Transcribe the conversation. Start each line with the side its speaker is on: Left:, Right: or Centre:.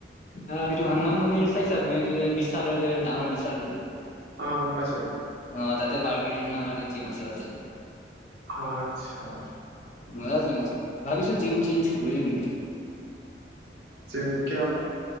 Left: অ এইেইটো হনুমান মন্দিৰ চাইছা তুমি এইটো যে বিশালৰ যে ডাঙৰ বিশালটো যে
Right: অ গম পাইছো
Left: অ তাতে বাৰ বি নামাৰ এটা জিম আছে তাতে
Right: আতচ্ছা
Left: মি ভাবিছো জিম চেঞ্জ কৰিম এতিয়া
Right: জিম কিয় বা